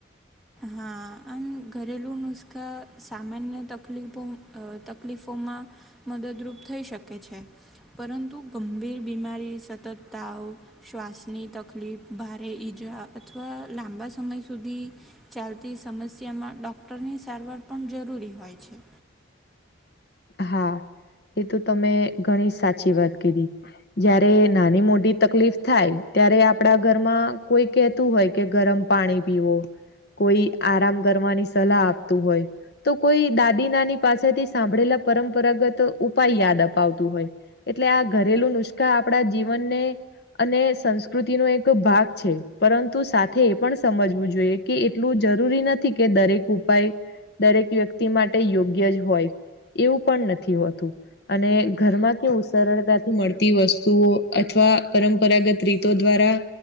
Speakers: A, in the centre; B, on the left.
A: હા આમ ઘરેલું નુસ્ખા સામાન્ય તકલીફો અ તકલીફોમાં મદદરૂપ થઈ શકે છે પરંતુ ગંભીર બીમારી સતત તાવ શ્વાસની તકલીફ ભારે ઈજા અથવા લાંબા સમય સુધી ચાલતી સમસ્યામાં ડૉક્ટરની સારવાર પણ જરૂરી હોય છે.
B: હા એ તો તમે ઘણી સાચી વાત કીધી જયારે નાની મોટી તકલીફ થાય ત્યારે આપડા ઘરમાં કોઈ કેહેતું હોય કે ગરમ પાણી પીવો કોઈ આરામ કરવાની સલાહ આપતું હોય. તો કોઈ દાદી નાની પાસેથી સાંભળેલા પરંપરાગત ઉપાય યાદ અપાવતું હોય. એટલે આ ઘરેલું નુસખા આપડા જીવનને અને સંસ્કૃતિનો એક ભાગ છે પરંતુ સાથે એ પણ સમજવું જોઈએ કે એટલું જરૂરી નથી કે દરેક ઉપાય દરેક વ્યક્તિ માટે યોગ્ય જ હોય. એવું પણ નથી હોતું. અને ઘરમાં કેવું સરળતાથી મળતી વસ્તુઓ અથવા પરંપરાગત રી તો દ્વારા